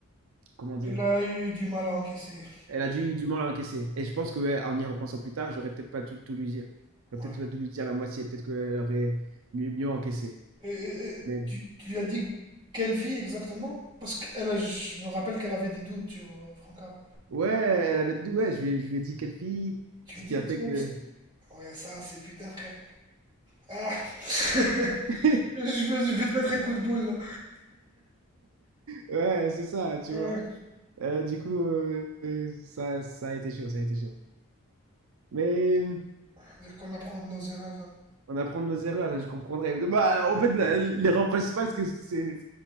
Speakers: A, on the right; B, on the right.
A: comment dire,
B: Elle a eu du mal à encaisser.
A: elle a du, du mal à encaisser. Et je pense que ouais, en y repensant plus tard, j'aurais peut-être pas tout, tout lui dire. J'aurais
B: Ouais.
A: peut-être pas dû lui dire la moitié. Peut-être qu'elle aurait mieux, mieux encaissé.
B: Et, et- et
A: Mais
B: tu, tu lui as dit quelle fille exactement? Parce que elle, a- je me rappelle qu'elle avait des doutes sur euh, Franca.
A: ouais, elle avait dit ouais, je lui, ai- je lui ai dit quelle fille,
B: Tu
A: ce
B: lui
A: qui
B: as dit
A: a
B: que
A: fait
B: tu l'aimes,
A: que
B: c'est- Ouais, ça, c'est putain, frère. Ah! <laughs>
A: <laughs>
B: Je vais, je vais te mettre un coup de boule, là.
A: ouais, c'est ça, tu
B: Ouais.
A: vois. Euh, du coup, euh, ça, ça a été chaud, ça a été chaud. Mais
B: Dire qu'on apprend de nos erreurs. hein.
A: on apprend de nos erreurs et je comprendrai. Bah, en fait, la- l'erreur principale, c'est que c'est-